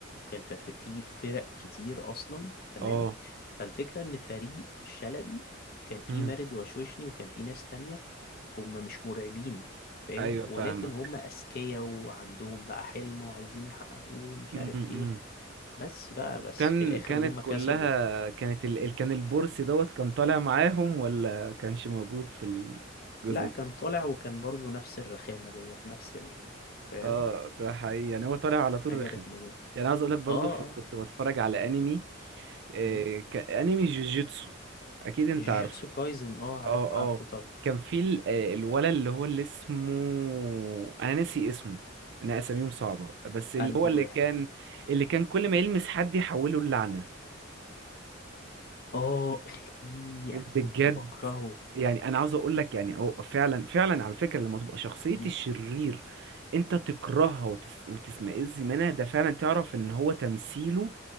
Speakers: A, on the left; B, on the right.
A: وكان في في في فرق كتير أصلا تمام
B: اه
A: فالفكرة إن فريق شلبي كان في
B: مم.
A: مارد وشوشني وكان في ناس تانية هم مش مرعبين فاهم
B: ايوه
A: ولكن
B: فاهمك
A: هم أذكياء وعندهم بقى حلم وعايزين يحققوه مش
B: امم
A: عارف ايه بس بقى بس
B: كان
A: في الآخر
B: كانت
A: هم
B: كلها
A: كسبوا
B: كانت ال...
A: م.
B: ال- كان البورس دوت كان طالع معاهم ولا كانش موجود في الجزء
A: لا
B: التاني
A: كان طالع وكان برضو نفس الرخامة ديت نفس ال... فاهم
B: اه ده حقيقي يعني هو طالع على طول
A: حاجة
B: رخم
A: رخمة جدا
B: يعني عايز اقول لك برضو
A: اه
B: في...
A: اه
B: كنت بتفرج على انمي آه...
A: م.
B: ك... انمي جوجيتسو اكيد انت
A: جوجوتسو
B: عارفه
A: كايزن اه عارفه
B: اه اه
A: عارفه طبعا
B: كان في ال- آه، الولد اللي هو اللي اسمه انا ناسي اسمه انا اساميهم صعبة بس اللي
A: انه
B: هو
A: واحد
B: اللي كان
A: ده
B: اللي كان كل ما يلمس حد يحوله اللعنة
A: اه اخي
B: بجد
A: انا كنت بكرهه
B: يعني انا عاوز اقول لك يعني هو فعلا فعلا على فكره لما تبقى شخصيه
A: م.
B: الشرير انت تكرهها وتس وتسمئز منها ده فعلا تعرف ان هو تمثيله